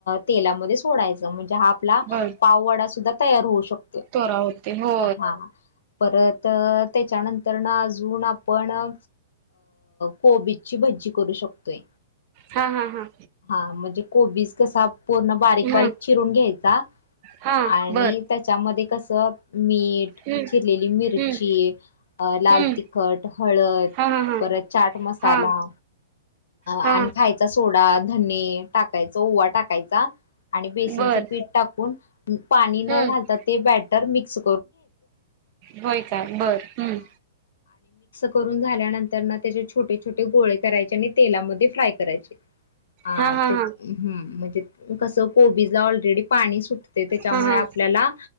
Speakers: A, on the left (about 80°); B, on the right (about 40°).
A: तेलामध्ये सोडायचं म्हणजे हा आपला
B: बर
A: पाववाडा सुद्धा तयार होऊ शकतो
B: तोरा होते हो
A: हा परत त्याच्यानंतर अजून आपण अ कोबीची भजी ी करू शकतोय
B: हा हा हा
A: हा म्हणजे कोबीज कसा पूर्ण बारीक
B: हा
A: बारीक चिरून घ्यायचा
B: हा
A: आणि
B: बर
A: त्याच्यामध्ये कस मीठ
B: हम्म
A: चिरलेली मिरची
B: हम्म
A: अ लाल
B: हम्म
A: तिखट हळद
B: हा हा हा
A: परत चाट मसाला
B: हा हा
A: आणि खायचा सोडा धने टाका ओवा टाकायचा आणि बेसनचं
B: बर
A: पीठ टाकून पाणी न
B: हम्म
A: घालता ते ब घ
B: होय काय बर हम्म
A: करून झाल्यानंतर त्याचे छोटे छोटे गोळे करायचे तेलामध्ये फ्राय करायची म्हणजे
B: हा हा हा
A: कस कोबीज ला ऑलरेडी पाणी सुटते त्याच्यामुळे
B: हा हा
A: आपल्याला